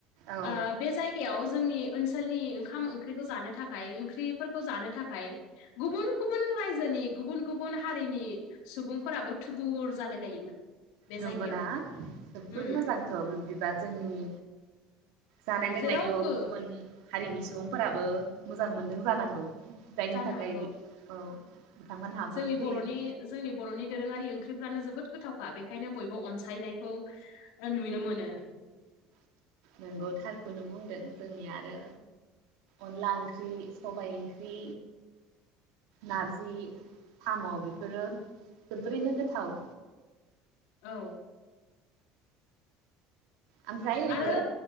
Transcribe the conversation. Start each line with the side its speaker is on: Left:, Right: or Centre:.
Right: औ
Left: ओ बे जायगा जायायाव जोंनि ओनसोलनि ओंखाम-ओंख्रिखौ जानो थाखाय ओंख्रिफोरखौ जानो थाखाय थाखाय गुबुन गुबुन रायजोनि गुबुन गुबुन हारिनि सुबुंफोराबो थुबुर जालाय लायोमोन। बे
Right: नंगौना,
Left: जायगायाव
Right: जोबोद
Left: उम
Right: मोजां। थ' बिबदिबा जोंनि जानाय लोंनायखौ
Left: जेरावबो
Right: गुबुन हारिनि सुबुंफोराबो मोजां मोन्दों जानांगौ। जायनि
Left: जानो
Right: थाखाय
Left: हागौ
Right: औ बिथांमोनहाबो
Left: जोंनि
Right: फैयो।
Left: बर'नि जोंनि बर'नि दोरोङारि ओंख्रिफ्रानो जोबोद गोथावखा बेखायनो बयबो अनसायनायखौ। आनबि न मोननायया।
Right: नंगौ थारखौनो बुंदों जोंनि आरो। अनला ओंख्रि सबाइ ओंख्रि। नारजि साम' बेफोरो जोबोरैनो गोथाव।
Left: औ।
Right: ओमफ्राय लोगो
Left: आरो